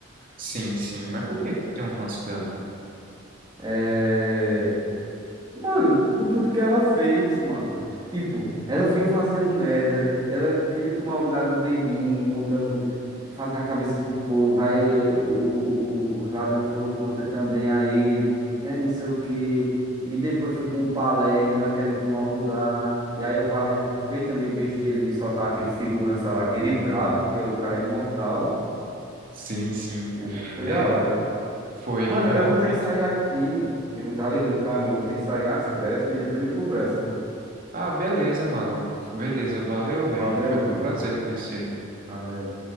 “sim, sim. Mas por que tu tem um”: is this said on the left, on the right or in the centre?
Right